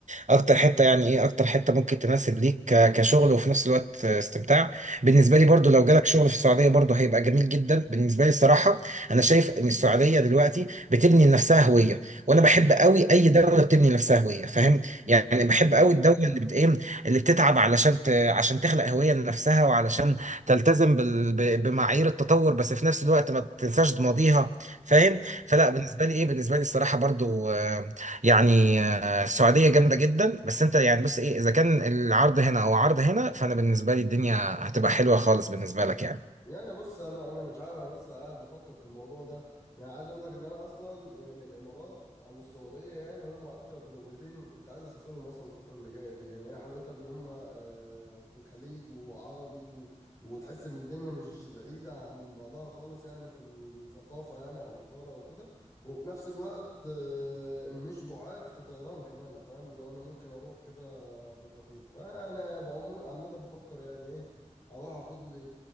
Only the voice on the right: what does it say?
اكتر حته يعني ايه اكتر حته ممكن تناسب ليك ك- كشغل وفي نفس الوقت آه، استمتاع بالنسبه
لي برضو لو جالك شغل في السعوديه برضو هيبقى جميل جدا بالنسبه لي الصراحه انا شايف ان السعوديه دلوقتي بتبني لنفسها هويه وانا
بحب قوي اي دوله بتبني لنفسها هويه فاهم يعني
بحب قوي الدوله اللي بت ايه اللي بتتعب علشان عشان تخلق هوية لنفسها وعلشان تلتزم بال... ب- بمعايير التطور بس في نفس الوقت ما تنساش ماضيها فاهم
فلا بالنسبة لي ايه بالنسبة لي الصراحة برضو آه، يعني آه، السعودية جامدة جدا بس انت يعني بص ايه اذا كان العرض هنا او عرض هنا فانا بالنسبة لي الدنيا هتبقى حلوة خالص بالنسبة لك يعني